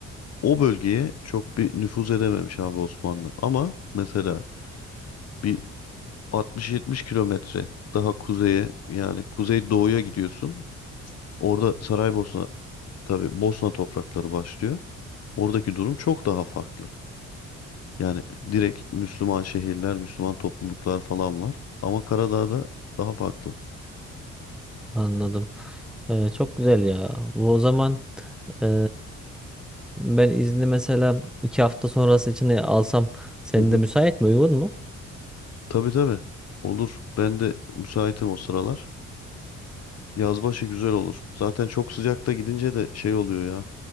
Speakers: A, on the left (about 55°); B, in the centre.
A: o bölgeye çok bir nüfuz edememiş abi Osmanlı. Ama mesela bir 60-70 kilometre daha kuzeye yani kuzey doğuya gidiyorsun. Orada Saraybosna tabii Bosna toprakları başlıyor. Oradaki durum çok daha farklı. Yani direkt Müslüman şehirler, Müslüman topluluklar falan var. Ama Karadağ'da daha farklı.
B: Anladım. E, çok güzel ya. Bu o zaman e, ben izni mesela iki hafta sonrası için e, alsam senin
A: Hı hı.
B: de müsait mi? Uygun mu?
A: Tabii tabii. Olur. Ben de müsaitim o sıralar. Yazbaşı güzel olur. Zaten çok sıcakta gidince de şey oluyor ya.